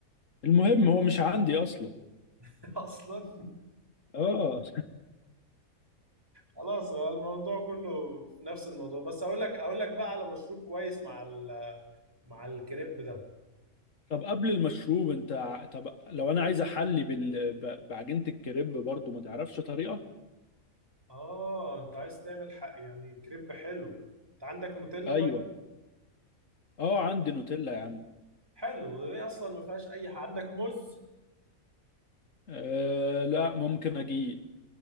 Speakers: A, on the left; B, on the right.
A: المهم هو مش عندي اصلا
B: <laughs> اصلا
A: اه
B: خلاص هو الموضوع كله في نفس الموضوع بس اقول لك اقول لك بقى على مشروب كويس مع ال... مع الكريب ده
A: <laughs> طب قبل المشروب انت ع- طب لو انا عايز احلي بال... ب- بعجينة الكريب برضو ما تعرفش طريقة
B: اه انت عايز تعمل حق يعني كريب حلو انت عندك نوتيلا
A: ايوه
B: طيب
A: اه عندي نوتيلا يا عم
B: حلو هي اصلا ما فيهاش اي حاجة عندك موز
A: آه لا ممكن اجيب